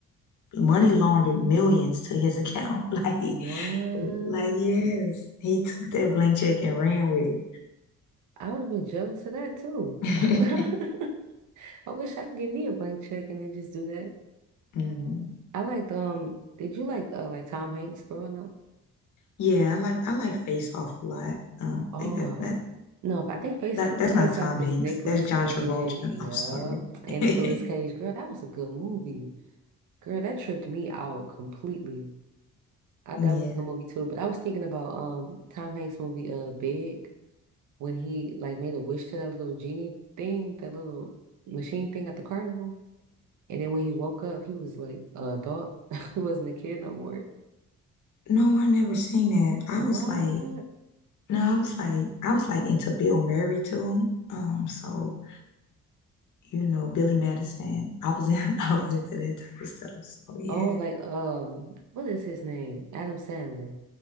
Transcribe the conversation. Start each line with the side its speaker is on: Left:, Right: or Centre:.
Left: money laundered millions to his account. <laughs> Like,
Right: What?
Left: like yes, he took that blank check and ran with
Right: I would have been jealous of that too.
Left: it.
Right: <laughs> I
Left: <laughs>
Right: wish I could give me a blank check and then just do that.
Left: Mhm.
Right: I liked um. Did you like uh, like Tom Hanks growing up?
Left: Yeah, I like I like Face Off a lot. Um,
Right: Oh
Left: I think that that,
Right: no, I think Face
Left: that that's not
Right: Face
Left: Tom
Right: Off is
Left: Hanks.
Right: Nicolas
Left: That's John
Right: Cage
Left: Travolta.
Right: and yeah,
Left: I'm sorry.
Right: and
Left: <laughs>
Right: Nicolas Cage. Girl, that was a good movie. Girl, that tripped me out completely. I, that
Left: Yeah.
Right: was a good movie too. But I was thinking about um Tom Hanks movie uh Big when he like made a wish to that little genie thing, that little machine thing at the carnival. And then when he woke up, he was like a adult. <laughs> He wasn't a kid no more.
Left: No, I never seen that. I
Right: What?
Left: was like, no, I was like, I was like into Bill Murray too. Um, so you know, Billy Madison. I was in, <laughs> I was into that type of stuff. So yeah.
Right: Oh, like um, what is his name? Adam Sandler.